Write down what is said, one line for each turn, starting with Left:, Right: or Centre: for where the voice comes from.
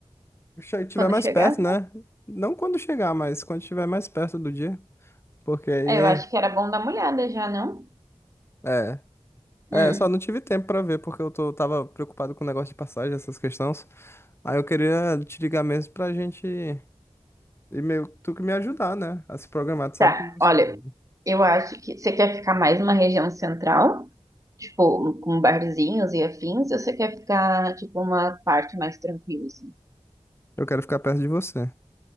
Left: estiver
Right: Quando
Left: mais
Right: chegar?
Left: perto, né? Não quando chegar, mas quando estiver mais perto do dia. Porque aí.
Right: É, Eu acho que era bom dar uma olhada já, não?
Left: É. É,
Right: Hum,
Left: só não tive tempo pra ver, porque eu tô, tava preocupado com o negócio de passagem, essas questões. Aí eu queria te ligar mesmo pra gente. E meio que tu que me ajudar, né? A se programar, tu sabe
Right: tá.
Left: que eu sou.
Right: Olha,
Left: bobo.
Right: eu acho que você quer ficar mais numa região central, tipo, com barzinhos e afins, ou você quer ficar, tipo, uma parte mais tranquila, assim?
Left: Eu quero ficar perto de você.